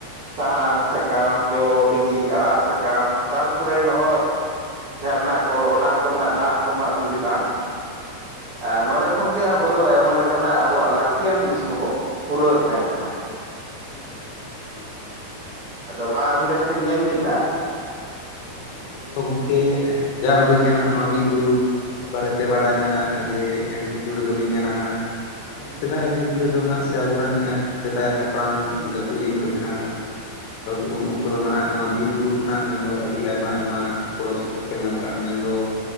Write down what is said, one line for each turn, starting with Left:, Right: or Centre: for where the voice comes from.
Right: ᱥᱟᱦᱟᱱ ᱥᱟᱠᱟᱢ ᱡᱚ ᱵᱤᱞᱤ ᱟᱲᱟᱜ ᱥᱟᱠᱟᱢ ᱛᱟᱨᱯᱚᱨᱮ ᱱᱚᱜᱼᱚᱭ ᱡᱷᱟᱨᱱᱟ ᱠᱚ ᱚᱱᱟ ᱠᱚᱨᱮᱱᱟᱜ ᱫᱟᱜ ᱠᱚᱨᱮᱱᱟᱜ ᱥᱩᱵᱤᱫᱷᱟ, ᱟᱨ
Left: ᱦᱩᱸ
Right: ᱱᱚᱰᱮ ᱠᱷᱚᱱ ᱜᱮ ᱟᱵᱚ ᱫᱚ ᱟᱭᱢᱟ ᱞᱮᱠᱟᱱᱟᱜ ᱟᱵᱚᱣᱟᱜ ᱞᱟᱹᱠᱛᱤᱭᱟᱱ ᱡᱤᱱᱤᱥ ᱠᱚᱵᱚ ᱯᱩᱨᱟᱹᱣᱮᱫ ᱛᱟᱦᱮᱸ ᱠᱟᱱᱟ᱾
Left: ᱦᱮᱸ ᱜᱚᱢᱠᱮ ᱱᱤᱦᱟ. ᱛᱤ ᱱᱤᱦᱟ. ᱛᱤ
Right: ᱟᱫᱚ ᱢᱟ ᱟᱹᱵᱤᱱ ᱦᱚᱸ ᱠᱟᱹᱴᱤᱡ ᱢᱮᱱ ᱵᱤᱱ ᱱᱦᱟᱜ
Left: ᱦᱮᱸ ᱢᱮᱱᱫᱚ ᱜᱚᱝᱠᱮ ᱡᱟ ᱩᱰᱩᱝ ᱜᱮ ᱱᱟᱦᱟᱜ ᱱᱚᱣᱟ ᱵᱤᱨᱵᱩᱨᱩ ᱵᱟᱨᱮᱛᱮ ᱵᱟᱰᱟᱭ ᱢᱮᱱᱟᱜᱼᱟ ᱡᱮ ᱯᱳᱭᱞᱳ ᱨᱮᱫᱚᱞᱤᱧ ᱢᱮᱱᱟ ᱦᱟᱸᱜ ᱦᱮᱸ ᱥᱮᱫᱟᱭ ᱡᱩᱜᱽ ᱨᱮᱫᱚ ᱦᱟᱸᱜ ᱥᱮ ᱟᱵᱚᱨᱮᱱ ᱥᱮᱫᱟᱭ ᱦᱟᱯᱲᱟᱢ ᱜᱟᱹᱠᱷᱩᱲᱤᱭᱟᱹᱟᱱ ᱠᱚ ᱡᱟᱦᱟᱸ ᱫᱚ ᱩᱱ ᱚᱠᱛᱚ ᱫᱚ ᱱᱟᱦᱟᱜ ᱱᱚᱣᱟ ᱵᱤᱨ ᱵᱩᱨᱩ ᱠᱷᱚᱱᱟᱜ ᱢᱮᱱᱫᱚ ᱟᱹᱰᱤ ᱟᱭᱢᱟ ᱟᱭᱢᱟ ᱜᱚᱲᱚ ᱥᱚᱯᱚᱦᱚᱫ ᱠᱚ ᱧᱟᱢ ᱟᱠᱟᱫᱟᱼᱟ ᱢᱮᱱᱫᱚ